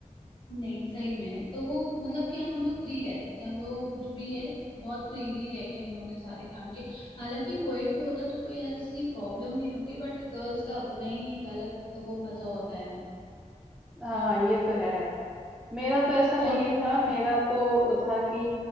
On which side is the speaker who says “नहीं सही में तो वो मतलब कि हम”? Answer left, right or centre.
Left